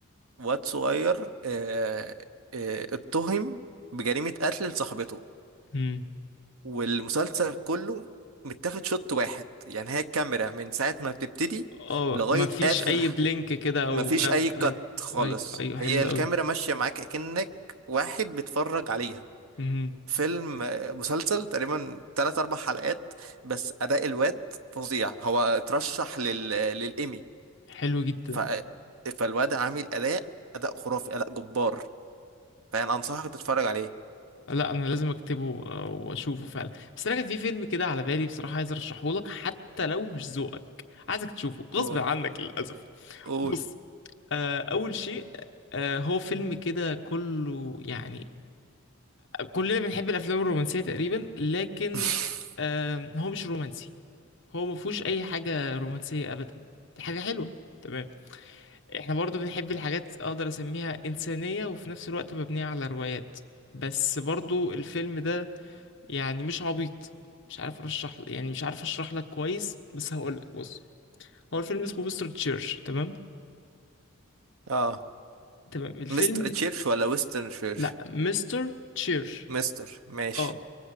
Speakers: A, on the right; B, on the left.
A: واد صغير آه، آه، اتهم بجريمة قتل لصاحبته
B: امم
A: والمسلسل كله متاخد شوت واحد يعني هي الكاميرا من ساعة ما بتبتدي
B: اه
A: لغاية
B: مفيش
A: آخر
B: اي بلينك كده او
A: مفيش
B: جم-
A: أي كات
B: ايوه
A: خالص
B: ايوه ايوه
A: هي
B: حلو
A: الكاميرا
B: قوي
A: ماشية معاك أكنك واحد بيتفرج عليها
B: امم
A: فيلم آه، مسلسل تقريبا تلات أربع حلقات بس أداء الواد فظيع هو اترشح لل... آه، للإيمي
B: حلو جدا
A: ف... آه، فالواد عامل أداء أداء خرافي أداء جبار فاهم انصحك تتفرج عليه
B: لا انا لازم اكتبه آه، واشوفه فعلا بس انا كان في فيلم كده على بالي بصراحه عايز ارشحه لك حتى لو مش ذوقك عايزك تشوفه غصب
A: قول
B: عنك للاسف
A: قول
B: بص آه، اول شيء آه، هو فيلم كده كله يعني كلنا بنحب الافلام الرومانسيه تقريبا لكن
A: <laughs>
B: آه، هو مش رومانسي هو ما فيهوش اي حاجه رومانسيه ابدا دي حاجه حلوه تمام احنا برضو بنحب الحاجات اقدر اسميها انسانيه وفي نفس الوقت مبنيه على روايات بس برضو الفيلم ده يعني مش عبيط مش عارف ارشح يعني مش عارف اشرح لك كويس بس هقول لك بص هو الفيلم اسمه مستر تشيرش تمام
A: اه
B: تمام الفيلم
A: مستر تشيرش ولا ويسترن تشيرش
B: لا مستر تشيرش
A: مستر ماشي
B: اه